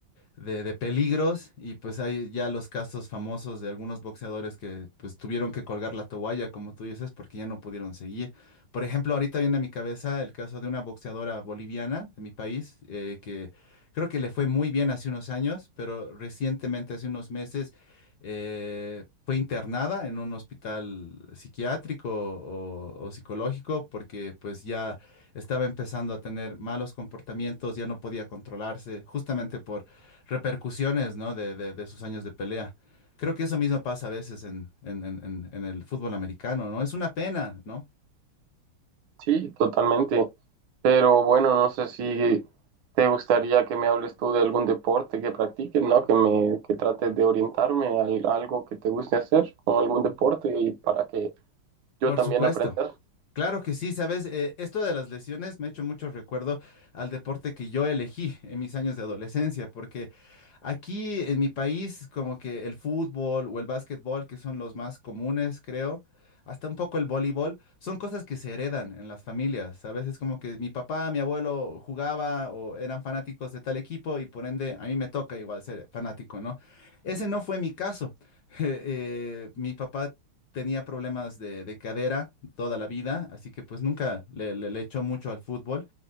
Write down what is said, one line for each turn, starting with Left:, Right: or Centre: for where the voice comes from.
Left: de, de peligros y pues hay ya los casos famosos de algunos boxeadores que pues tuvieron que colgar la toalla, como tú dices, porque ya no pudieron seguir. Por ejemplo, ahorita viene a mi cabeza el caso de una boxeadora boliviana de mi país eh, que creo que le fue muy bien hace unos años, pero recientemente, hace unos meses, eh, fue internada en un hospital psiquiátrico o, o psicológico porque pues ya estaba empezando a tener malos comportamientos, ya no podía controlarse justamente repercusiones, ¿no? De, de- de sus años de pelea. Creo que eso mismo pasa a veces en, en- en- en- en el fútbol americano, ¿no? Es una pena, ¿no?
Right: Sí, totalmente. Pero bueno, no sé si te gustaría que me hables tú de algún deporte que practiques, ¿no? Que me, que trates de orientarme a algo que te guste hacer o algún deporte y para que yo
Left: Por
Right: también
Left: supuesto.
Right: aprenda.
Left: Claro que sí, sabes, Eh, esto de las lesiones me ha hecho mucho recuerdo al deporte que yo elegí en mis años de adolescencia, porque aquí en mi país como que el fútbol o el básquetbol, que son los más comunes, creo, hasta un poco el voleibol, son cosas que se heredan en las familias, ¿sabes? Es como que mi papá, mi abuelo jugaba o eran fanáticos de tal equipo y por ende a mí me toca igual ser fanático, ¿no? Ese no fue mi caso. <laughs> Eh, mi papá tenía problemas de, de cadera toda la vida, así que pues nunca le, le, le echó mucho al fútbol.